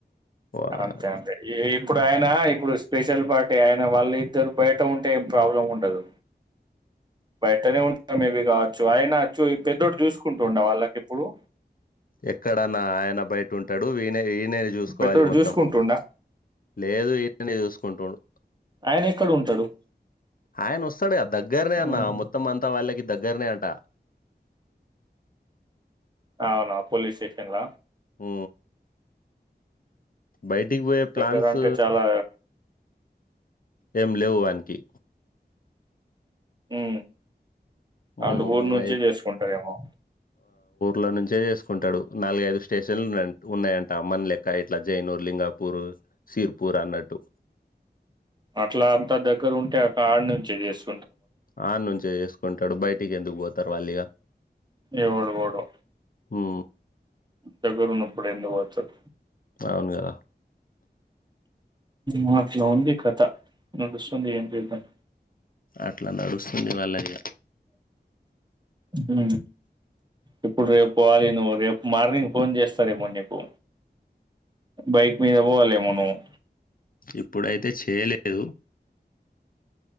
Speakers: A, on the left; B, on the right.
A: వా-
B: అంతే అంతే ఇప్పుడు ఆయనా ఇప్పుడు స్పెషల్ పార్ట్ అంటే ఆయన వాళ్ళ ఇద్దరు బయట ఉంటే ఏం ప్రాబ్లం ఉండదు
A: త్
B: బయటనే ఉంటారు మేబీ కావచ్చు అయినా చూ పెద్దోడు చూసుకుంటుండ వాళ్ళకి ఇప్పుడు
A: ఎక్కడన్నా ఆయన బయట ఉంటాడు ఈయనే ఈననే చూసుకోవాలి
B: పెద్దోడు
A: మొత్తం
B: చూసుకుంటుండా
A: లేదు ఇననే చూసుకుంటుండు
B: ఆయన ఎక్కడ ఉంటాడు
A: ఆయన వస్తాడు దగ్గరనే
B: హ్మ్.
A: అన్న మొత్తం అంతా వాళ్ళకి దగ్గరనే అట
B: అవునా పోలీస్ స్టేషన్ల
A: ఉ బయటికి పోయే ప్లాన్స్
B: దగ్గర అంటే చాలా
A: ఏం లేవు వానికి
B: ఉ వాళ్ళ
A: ఉమ్,
B: ఊరు నుంచే చేసుకుంటారేమో
A: లో నుంచే చేసుకుంటాడు నాలుగైదు స్టేషన్లు ఉన్నాయంట ఉన్నాయంట అ మన లెక్క ఇట్లా జైనూర్ లింగాపూర్ సిర్పూర్ అన్నట్టు
B: అట్లా అంతా దగ్గర ఉంటే అట ఆడ నుంచే చేసు
A: అడ నుంచేసుకుంటాడు బయ కెందుకు బోతర్ వాళ్లిగా
B: ఎవడు పోడు
A: ఉ
B: దగ్గర ఉన్నపుడు ఎందుకు పో తర్
A: అవును గదా
B: నాట్ల ఉంది కథ నడుస్తుంది ఏం చేద్దాం
A: అట్లా నడుస్తుంది వాళ్ళఇగ
B: ఉ ఇప్పుడు రేపు పోవాలి నువ్వు రేపు మార్నింగ్ ఫోన్ చేస్తారేమో నీకు బైక్ మీద పోవాలెమో నువ్వు
A: ఇప్పుడైతే చేయలేదు